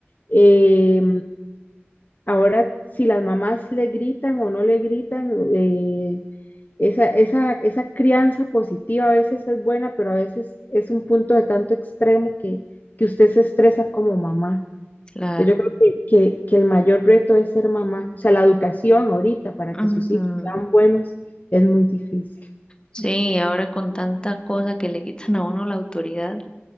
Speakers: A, on the left; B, on the left.
A: Eh, Ahora, si las mamás le gritan o no le gritan, eh, esa, esa, esa crianza positiva a veces es buena, pero a veces es un punto de tanto extremo que, que usted se estresa como mamá.
B: claro.
A: Entonces, Yo creo que, que, que el mayor reto es ser mamá. O sea, la educación ahorita para
B: Ujú.
A: que sus hijos sean buenos es muy difícil.
B: Sí, ahora con tanta cosa que le quitan a uno la autoridad,